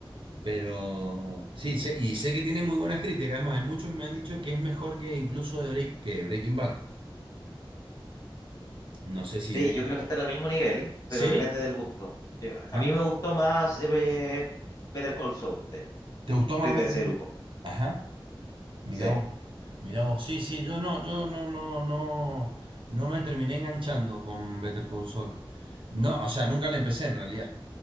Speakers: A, on the right; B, on the left.
A: Pero sí, sé- y sé que tiene muy buenas críticas. Además, hay muchos me han dicho que es mejor que incluso de Break, que Breaking Bad. No sé si
B: Sí,
A: llega.
B: yo creo que están al mismo nivel,
A: ¿Sí?
B: pero depende del gusto. Yo- a
A: Ajá.
B: mí me gustó más eh, Better Call Saul, de hecho.
A: ¿Te gustó más
B: Soy de
A: Better
B: ese
A: Call-
B: grupo.
A: Saul. Ajá. Mirá
B: Sí,
A: Mirá vos, sí, sí, yo no, yo no, no, no, no me terminé enganchando con Better Call Saul. No, o sea, nunca la empecé en realidad.